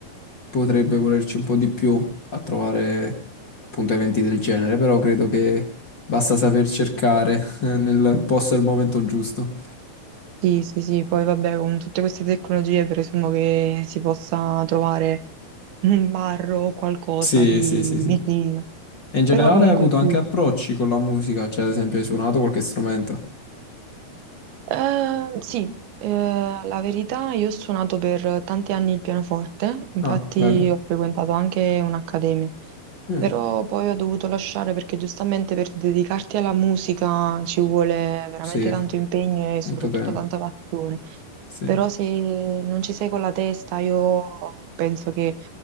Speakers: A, on the left; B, on the right.
A: potrebbe volerci un po' di più a trovare appunto eventi del genere, però credo che basta saper cercare <laughs> eh, nel posto e al momento giusto.
B: Sì, sì, sì, poi vabbè con tutte queste tecnologie presumo che si possa trovare un bar o qualcosa
A: Sì,
B: di
A: sì, sì, sì.
B: vicino.
A: E in generale
B: Però comunque
A: hai avuto anche
B: sì.
A: approcci con la musica, cioè ad esempio hai suonato qualche strumento.
B: Eh, sì, eh, la verità, io ho suonato per tanti anni il pianoforte, infatti
A: Ah, bello.
B: ho frequentato anche un'accademia,
A: Mm,
B: però poi ho dovuto lasciare perché giustamente per dedicarti alla musica ci vuole veramente
A: sì,
B: tanto impegno e soprattutto
A: molto tempo.
B: tanta passione.
A: Sì,
B: Però se non ci sei con la testa, io penso che